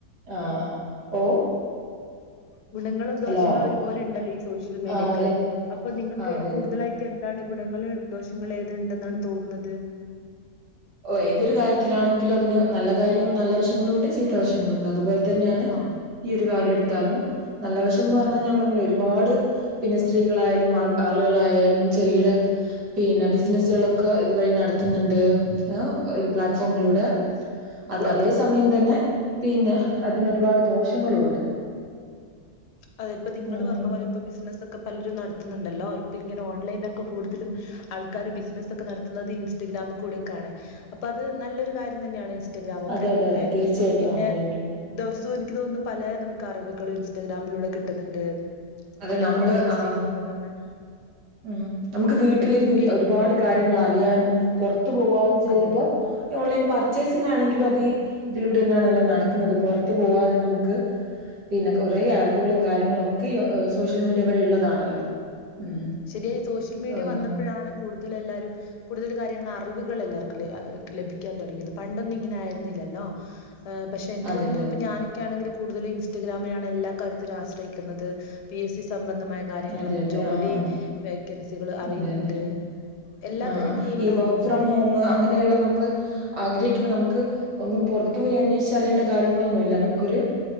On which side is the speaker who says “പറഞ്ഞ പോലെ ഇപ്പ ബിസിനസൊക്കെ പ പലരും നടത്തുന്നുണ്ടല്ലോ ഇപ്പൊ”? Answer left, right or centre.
Left